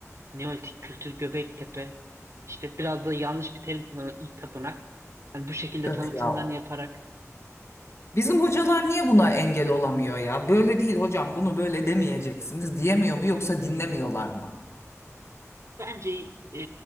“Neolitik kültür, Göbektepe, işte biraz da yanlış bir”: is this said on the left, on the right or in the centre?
Right